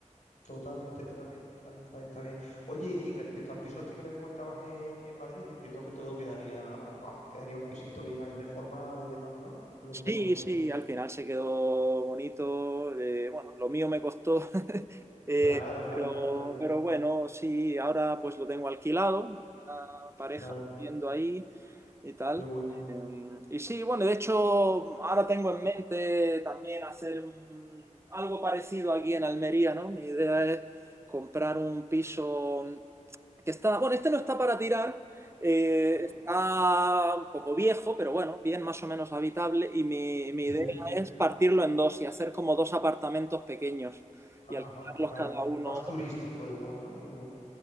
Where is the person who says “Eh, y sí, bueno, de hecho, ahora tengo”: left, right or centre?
Right